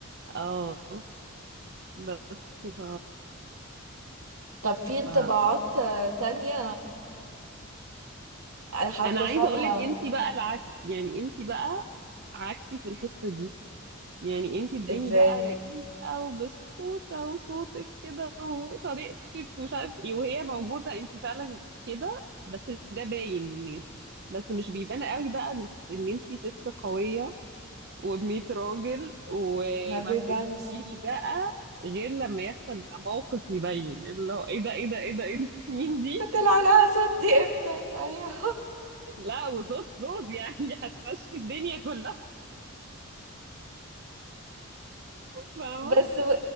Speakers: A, on the right; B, on the right.
A: اه بس ف
B: طب في انطباعات
A: ف
B: آه، تانية حد
A: انا عايزه
B: خدها
A: اقول لك انتي بقى العكس يعني انتي بقى عكسي في الحتة دي يعني انتي اداني
B: ازاي
A: بقى رقيقة وبسكوتة وصوتك كده وطريقتك ومش عارف ايه وهي موجودة انتي فعلا كده بس ده باين للناس بس مش بيبان قوي بقى ال- ان انتي ست قوية وبمية راجل وما
B: ما بيبانش
A: بتسكتيش بقى غير لما يحصل بقى موقف يبين اللي هو ايه ده ايه ده ايه ده ايه ده <laughs> مين دي؟
B: طلع لها صوت دي امتى ايوه
A: لا وصوت صوت يعني <laughs> هتمشي الدنيا كلها
B: <laughs>
A: فاهمة؟
B: بس